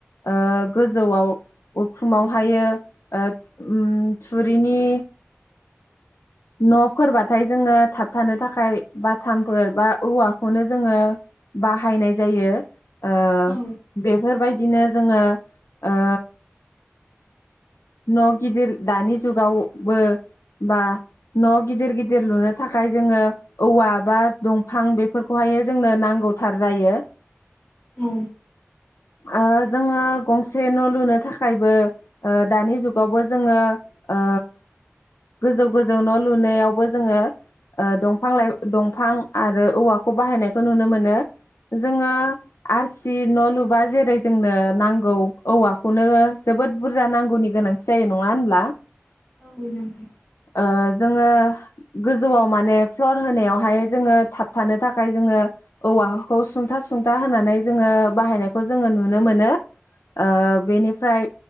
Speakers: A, on the left; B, on the left.
A: ओ गोजौआव उखुमावहायो ओ म थुरिनि न'फोरबाथाय जोङो थाबथानो थाखाय बाथामफोर बा औवाखौनो जोङो बाहायनाय जायो। ओ
B: औ
A: बेफोरबायदि दिनो जोङो ओ न' गिदिर दानि जुगावबो बा न' गिदिर गिदिर लुनो थाखाय जोङो औवा बा दंफां बेफोरखौहाय जोंनो नांगौथार जायो।
B: औ।
A: ओ जोङो गंसे न' लुनो थाखायबो ओ दानि जुगावबो जोङो ओ गोजौ गोजौ न' लुनायावबो जोङो दंफां लाइ दंफां आरो औवाखौ बाहायनायखौ नुनो मोनो जोङो आरसि न' लुबा जेरै जोंनो नांगौ औवाखौनो जोबोद बुरजा नांगौ गौनि गोनांथि जायो नङा होनब्ला?
B: औ नंगौ।
A: ओ जोङो गोजौआव माने फ्लर होनायावहाय जोङो थाबथानो थाखाय जोङो औवाखौ सुंथा सुंथा होनानै जोङो बाहायनायखौ जोङो नुनो मोनो। ओ बेनिफ्राय
B: औ